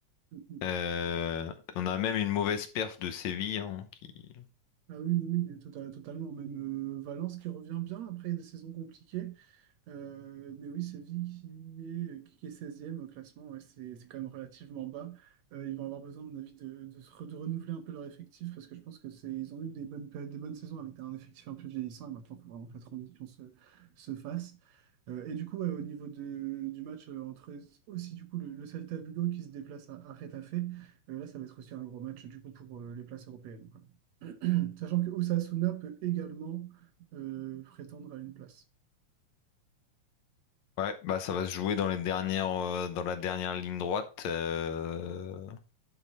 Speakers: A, on the right; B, on the left.
A: Mm, mm.
B: Euh, on a même une mauvaise perf de Séville hein, qui
A: Ah oui, oui, oui, tota- totalement. Même euh, Valence qui revient bien après des saisons compliquées. Euh, mais oui, Séville qui est, euh, qui est 16 au classement, ouais, c'est c'est quand même relativement bas. Euh, ils vont avoir besoin, à mon avis, de, de, se re- de renouveler un peu leur effectif parce que je pense que c'est, ils ont eu des bonnes, périodes- des bonnes saisons avec un effectif un peu vieillissant et maintenant, il faut vraiment que la transition se, se fasse. Euh, et du coup, ouais, au niveau de, du match euh, entre aussi du coup le, le Celta Vigo qui se déplace à, à Getafe, euh, là, ça va être aussi un gros match du coup pour euh, les places européennes, quoi. <clears throat> Sachant que Osasuna peut également euh, prétendre à une place.
B: ouais bah ça va se jouer dans les dernières euh, dans la dernière ligne droite. euh,